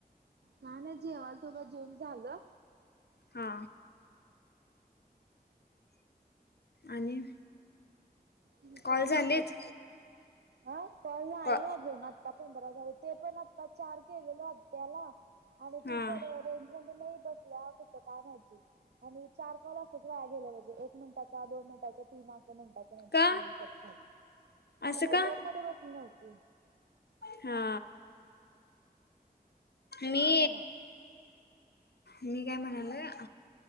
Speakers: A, on the right; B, on the left.
A: नाही नाही जेवाल तो ब जेऊन झालं?
B: हा आणि
A: मी काय
B: कॉल झालेत
A: नाय बघ अं कॉल नाही
B: कॉ
A: अजून, आत्ता पंधरा झाले ते पण आता चार केलेल आ. त्याला आणि ती
B: हा
A: पण रेंज मध्ये नाही बसऽ कसं काय माहिती,, आनि चार कॉल असत्यात, गे एक मिनटं वायाऽ दोन मिनटांच्या तीन अस मिनटांच्या मिनटाचे
B: का असं
A: नेटवर्क
B: का
A: मध्ये बसली नव्हती.
B: हा मी
A: म्हणून
B: मी काय म्हणालोय,,,